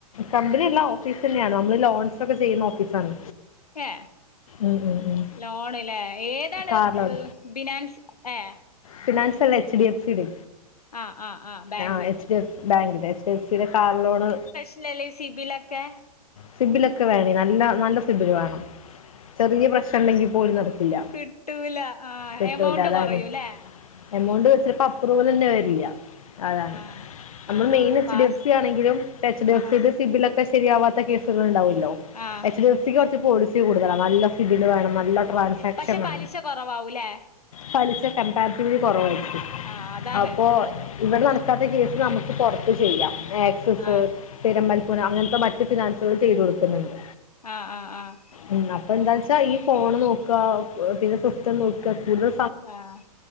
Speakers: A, on the left; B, on the left.
A: കമ്പനിയല്ല ഓഫീസ് തന്നെയാണ് നമ്മള് ലോൺസ് ഒക്കെ ചെയ്യുന്ന ഓഫീസാണ്.
B: ഏ
A: ഉം ഉം ഉം.
B: ലോണ് ല്ലെ. ഏതാണ്
A: കാർ ലോൺ
B: ഹ് ബിനാൻസ് ഏ.
A: ഫിനാൻസ് അല്ലാ H D F C D
B: ആഹ് ആഹ് ആഹ് bank
A: ആ H D F bank ഇല്ലെ. എഫ് സി യുടെ കാർ ലോണ്.
B: ല്ലെ ലൈ സിബി ലൊക്കെ..
A: സിബിലൊക്കെ വേണടി നല്ല നല്ല സിബിൽ വേണം.. ചെറിയ പ്രശ്നം ഉണ്ടെങ്കി പോലും നടക്കില്ല
B: കിട്ടൂല ആഹ്
A: കിട്ടൂല
B: എമൗണ്ട്
A: അതാണേ.
B: കുറയൂല്ലേ
A: എമൗണ്ട് വെച്ചിൽ പ്പ അപ്രൂവൽ ന്നെ വരില്യ.. അതാണ്
B: ആഹ്
A: നമ്മൾ
B: ആഹ്
A: main H
B: pass
A: D F C ആണെങ്കിലും എച്ച് ഡി എഫ്
B: ആഹ്
A: സി സിബില ക്കെ ശെരിയാവാത്ത കേ. ഉണ്ടല്ലോ
B: ആഹ്
A: എച്ച് ഡി എ് സി ക്ക്‌ കുറച്ച് പോളിസി കൂടുതലാ നല്ല സിബിൽ വേണം നല്ല.. ട്രാൻഷാക്ഷൻ
B: പക്ഷെ
A: വേണം.
B: പലിശ കുറവാവൂലേ
A: പലിശ കമ്പാരിറ്റീവ്ലി കുറവായിരിക്കും
B: ആഹ് അതാണ്
A: അപ്പോ. ഇവിടെ നടക്കാത്ത കേസ് നമുക്ക് പുറത്ത് ചെയ്യാം ആക്സസ്.
B: ആഹ്
A: പെരമ്പൽപ്പുന അങ്ങനത്തെ മറ്റു ഫിനാൻസുകൾ ചെയ്തു കൊടുക്കുന്നുണ്ട്.
B: ആഹ് ആഹ് ആഹ്.
A: ഉം അപ്പൊ എന്താ വെച്ചാ ഈ ഫോണ് നോക്കുക പിന്നെ സ്വസ്ഥം നോക്കുക കൂടുത
B: ആഹ്